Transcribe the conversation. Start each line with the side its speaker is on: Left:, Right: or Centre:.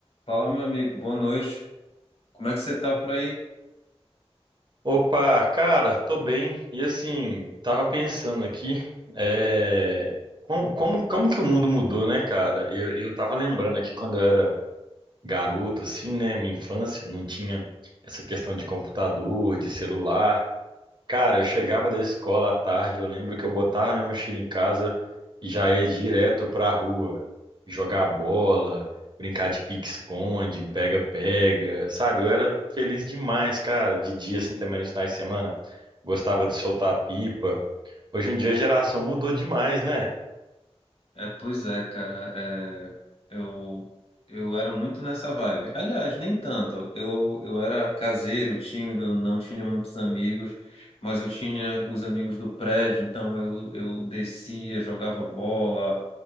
Left: Fala, meu amigo, boa noite. Como é que você tá por aí?
Right: Opa, cara, tô bem. E assim, tava pensando aqui, é, como, como, como que o mundo mudou, né, cara? Eu, eu tava lembrando aqui quando eu era garoto, assim, né, minha infância, não tinha essa questão de computador, de celular. Cara, eu chegava da escola à tarde, eu lembro que eu botava minha mochila em casa e já ia direto pra rua, jogar bola, brincar de pique-esconde, pega-pega, sabe? Eu era feliz demais, cara, de dia, assim, também nos finais de semana gostava de soltar pipa. Hoje em dia a geração mudou demais, né?
Left: É, pois é, cara, é, eu, eu era muito nessa vibe. Aliás, nem tanto. Eu, eu era caseiro, tímido, não tinha muitos amigos, mas eu tinha os amigos do prédio, então eu, eu descia, jogava bola.